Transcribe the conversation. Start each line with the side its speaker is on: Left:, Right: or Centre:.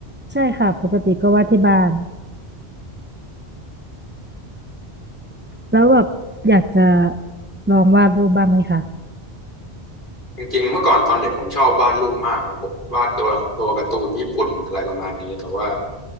Right: ใช่ค่ะปกติก็วาดที่บ้าน แล้วแบบอยากจะลองวาดรูปบ้างไหมคะ
Left: จริงๆเมื่อก่อนตอนเด็กผมชอบวาดรูปมากครับผมวาดตัวตัวการ์ตูนญี่ปุ่นอะไรประมาณนี้แต่ว่า